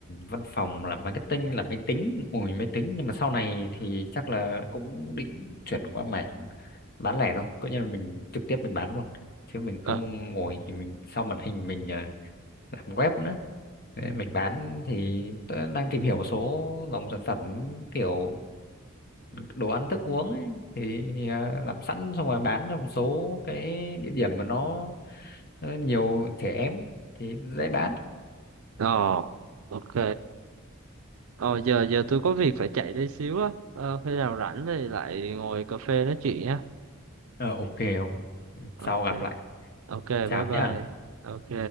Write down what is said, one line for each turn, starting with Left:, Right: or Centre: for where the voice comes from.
Left: văn phòng làm marketing làm máy tính ngồi máy tính nhưng mà sau này thì chắc là cũng định chuyển qua mảng bán lẻ thôi coi như là mình trực tiếp mình bán luôn chứ mình không
Right: ờ
Left: ngồi thì mình sau màn hình mình ờ, làm web nữa Đấy, mình bán thì tôi đang tìm hiểu một số dòng sản phẩm kiểu đồ ăn thức uống ấy thì ờ, làm sẵn xong rồi bán trong một số cái địa điểm mà nó, nó nhiều trẻ em thì dễ bán
Right: ờ ok Ờ giờ giờ tôi có việc phải chạy đây xíu á. Ờ, khi nào rảnh thì lại ngồi cà phê nói chuyện nhé.
Left: Ờ ok
Right: Ok.
Left: Sau gặp lại.
Right: Ok,
Left: Chào
Right: bye
Left: nhé
Right: bye. Ok.